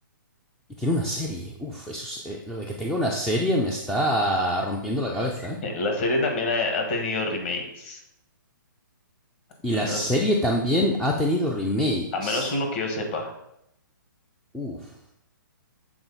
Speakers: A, in the centre; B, on the left.
A: y tiene una serie. Uf, eso es- eh, lo de que tenga una serie me está rompiendo la cabeza,
B: <laughs>
A: ¿eh?
B: La serie también ha, ha tenido remakes,
A: Y
B: al
A: la
B: menos,
A: serie también ha tenido remakes.
B: al menos uno que yo sepa.
A: Uf.